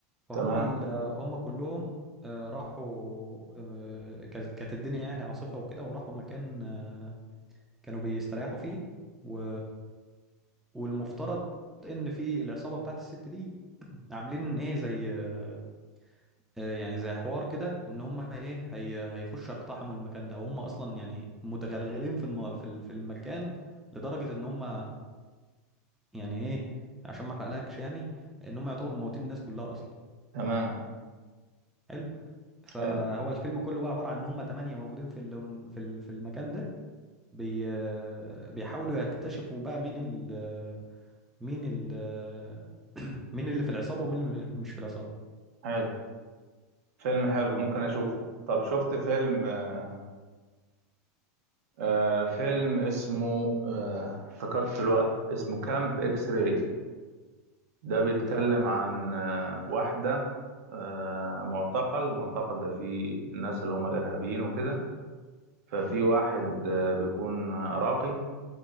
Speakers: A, in the centre; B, on the right.
A: فهم
B: تمام
A: ال... هم كلهم آه، راحوا آه، كانت كانت الدنيا يعني عاصفة وكده وراحوا مكان آه، كانوا بيستريحوا فيه و... والمفترض ان في العصابة بتاعت الست دي عاملين ايه زي آه، آه، يعني زي حوار كده ان هم ايه هي... هيخشوا يقتحموا المكان ده وهم اصلا يعني متغلغلين في الم... في ال- في المكان لدرجة ان هم يعني ايه عشان ما احرقلكش يعني ان هم يعتبروا موتين الناس كلها اصلا
B: تمام
A: حلو فهو
B: حلو
A: الفيلم كله بقى عبارة عن ان هم تمانية موجودين في ال- هم في ال- في المكان ده بي بيحاولوا يكتشفوا بقى مين ال مين ال <clears throat> مين اللي في العصابة ومين اللي مش في العصابة
B: حلو فيلم حلو ممكن اشوفه طب شفت فيلم آه آه، فيلم اسمه آه افتكرت الوقت اسمه كامب اكس راي ده بيتكلم
A: لا
B: عن آه واحدة آه معتقل معتقل ده فيه الناس اللي هم الارهابيين وكده ففي واحد آه، بيكون راقي